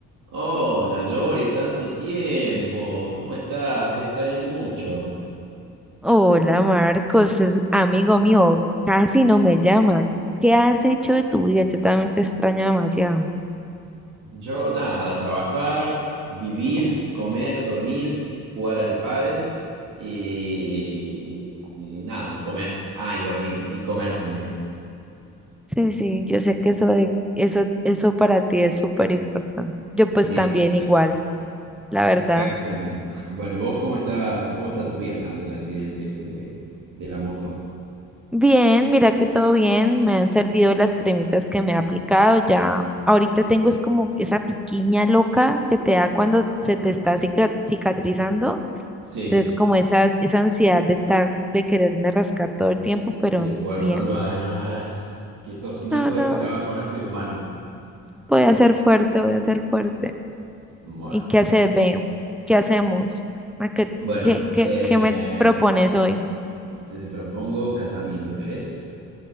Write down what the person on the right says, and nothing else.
Hola Lori, tanto tiempo. ¿Cómo estás? Te extrañé mucho.
Yo nada, trabajar, vivir, comer, dormir, jugar al pádel y, y nada, y comer. Ah, y dormir, y comer también.
Exacto,
exactamente.
Bueno, ¿y vos cómo está, cómo está tu pierna del accidente este de, de la moto?
Sí,
sí, bueno,
no lo hagas, no lo hagas. Que todo, si no
todo
este trabajo habrá sido en vano.
Bueno.
Bueno,
eh,
te propongo casamiento, ¿querés?